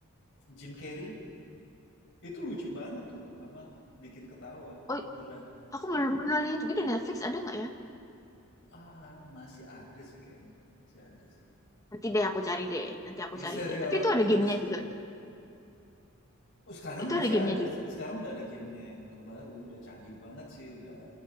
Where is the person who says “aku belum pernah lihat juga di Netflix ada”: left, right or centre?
Left